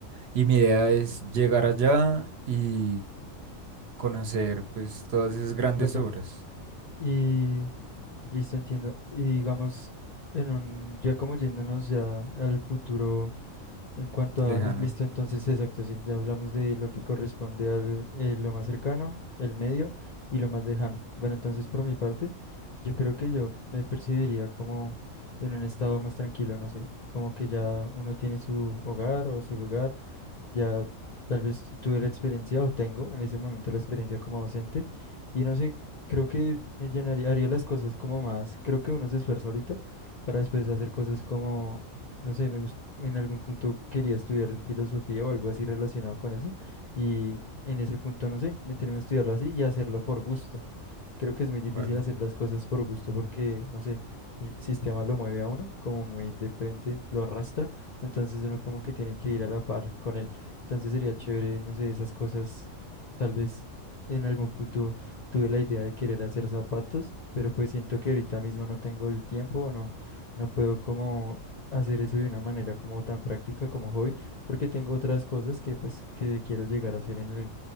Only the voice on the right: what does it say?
y mi idea es llegar allá y conocer pues todas esas grandes
obras
lejano.
Vale.